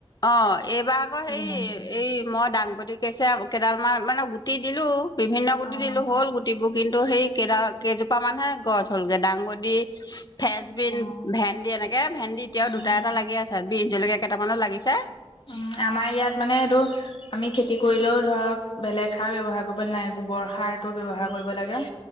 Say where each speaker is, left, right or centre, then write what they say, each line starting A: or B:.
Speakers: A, on the left (about 40°); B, on the left (about 60°).
A: অ এইবাৰ আকৌ হেৰি,
B: যিমান
A: এই ম মই দাংবদি কেছে কেইডালমান মানে গুটি দিলো, বিভিন্ন গুটি
B: অ',
A: দিলো হ'ল গুটি কিন্তু সেই কেইডা -কেইজোপামানহে গছ হ'লগে দাংবদি ফ্ৰেচ বিন,
B: অ',
A: ভেন্দি এনেকে। ভেন্দি এতিয়াও
B: উম।
A: দুটা -এটা লাগি আছে, বিহ জলকীয়া কেইটামানও লাগিছে।
B: উম আমাৰ ইয়াত মানে এইটো আমি খেতি কৰিলেও ধৰক বেলেগ সাৰ ব্যৱহাৰ কৰিব নালাগে গোবৰ সাৰটো ব্যৱহাৰ কৰিব লাগে,